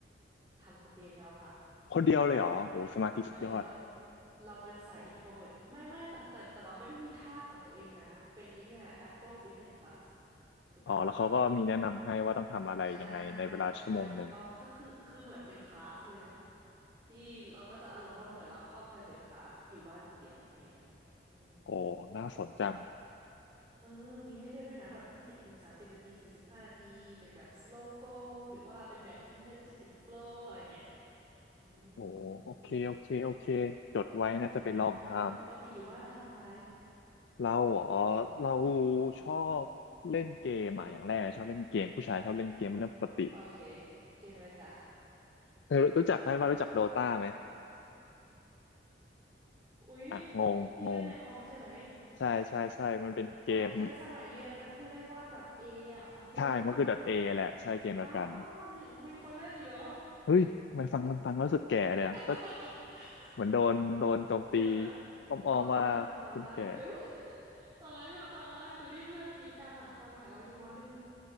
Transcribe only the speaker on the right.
ทำคนเดียวค่ะ
เออเราเราเป็นสาย introvert ไม่ไม่แต่แต่แต่เราไม่ได้มีท่าของตัวเองนะเป็นไอเนี้ย Apple Fitness Plus รู้จักปะ
ใช่ใช่ถูกต้องก็คือคือเหมือนเป็นคลาสเลยอะที่เราก็จะอารมณ์ว่าเหมือนเราเข้า private class อยู่บ้านคนเดียวอย่างนั้นอะอืม
เออมีให้เลือกด้วยนะแบบยี่สิบนาทีสามสิบนาทีสี่สิบห้านาทีเป็นแบบ slow flow หรือว่าเป็นแบบ energetic flow อะไรเงี้ยอืมอืม
อ่าแล้วปกติอยู่บ้านทำอะไร
อืมอืม
โอเคเกมอะไรจ๊ะ
อุ๊ย
ที่เล่นในคอมใช่ไหม
เหมือนเคยสมัยเรียนแต่เพื่อนเรียกว่า .a อ่ะอันเดียวกันปะ
อ้าวยังมีคนเล่นอีกเหรอ
<laughs>
เดี๋ยวนะ
ตอนนั้นที่เราจำได้คือ <laughs> ตอนนั้นที่เราจำได้คือที่เพื่อนคิดกันอะสมัยเราอยู่มหนึ่ง